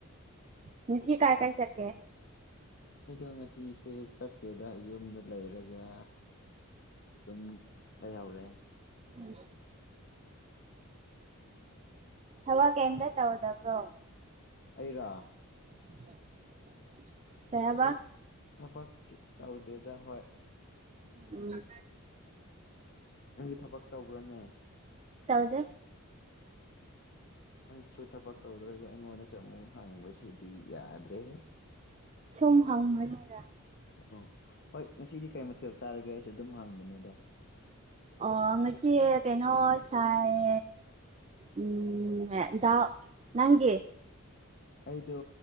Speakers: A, on the right; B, on the left.
A: ꯎꯝ ꯃꯁꯤ ꯀꯥꯏ ꯀꯥꯏ ꯆꯀꯦ
B: ꯑꯩꯗꯣ ꯉꯁꯤꯁꯦ ꯆꯠꯇꯦꯗ ꯌꯨꯝꯗ ꯂꯩꯔꯒ ꯑꯗꯨꯝ ꯂꯩꯍꯧꯔꯦ
A: ꯎꯝ ꯊꯋꯥ ꯀꯟꯗ ꯇ ꯍꯗꯕ꯭ꯔꯣ
B: ꯑꯩꯔꯥ
A: <unintelligible>
B: ꯊꯕꯥꯛ
A: ꯍꯥꯏꯕ
B: ꯊꯕꯛꯀꯤ ꯇꯥꯎꯗꯦꯗꯥ ꯍ
A: ꯎꯝ
B: ꯅꯪꯒꯤ ꯊꯕꯛ ꯇꯧꯕ꯭ꯔꯅꯦ
A: ꯇꯥꯎꯗꯦ
B: ꯅꯪꯁꯨ ꯊꯕꯛ ꯇꯧꯗ꯭ꯔꯒ ꯑꯩꯉꯣꯟꯗꯁꯨ ꯑꯃꯨꯛ ꯍꯪꯕꯁꯤꯗꯤ ꯌꯥꯗ꯭ꯔꯦ
A: ꯁꯨꯝ ꯍꯪꯕꯅꯤꯗ
B: ꯎ ꯍꯣꯏ ꯉꯁꯤꯗꯤ ꯀꯩ ꯃꯊꯦꯜ ꯆꯥꯔꯒꯦ ꯑꯩꯁꯨ ꯑꯗꯨꯝ ꯍꯥꯡꯕꯅꯦꯗ
A: ꯑꯣ ꯉꯁꯤ ꯀꯩꯅꯣ ꯁꯥꯏ ꯎꯝꯠꯇꯥꯎ ꯅꯪꯦ
B: ꯑꯩꯗꯣ